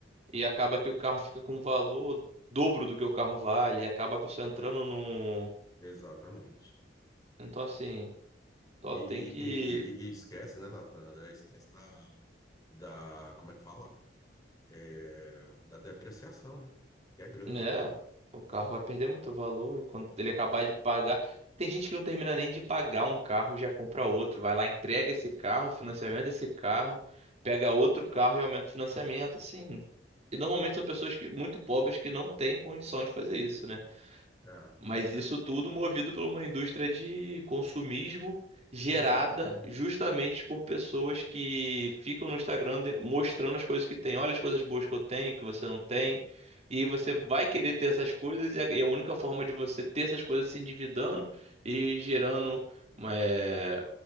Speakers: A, on the right; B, on the left.
A: e acaba que o carro fica com um valor dobro do que o carro vale, e acaba a pessoa entrando num.
B: Exatamente.
A: Então, assim, só
B: E,
A: tem
B: e,
A: que
B: e, e- e esquece, né, Natan? Já Esquece da, da. Como é que fala? é, da depreciação, né? Que é grande.
A: É, o carro vai perder muito valor e quando ele acabar de pagar. Tem gente que não termina nem de pagar um carro e já compra outro. Vai lá, entrega esse carro, financiamento desse carro, pega outro carro e aumenta o financiamento, assim. E normalmente são pessoas que, muito pobres que não têm condição de fazer isso, né?
B: É,
A: Mas isso
B: é,
A: tudo movido por uma indústria de consumismo gerada
B: exatamente.
A: justamente por pessoas que ficam no Instagram de- mostrando as coisas que têm. Olha as coisas boas que eu tenho, que você não tem. E aí você vai querer ter essas coisas, e a e a única forma de você ter essas coisas é se endividando e gerando eh,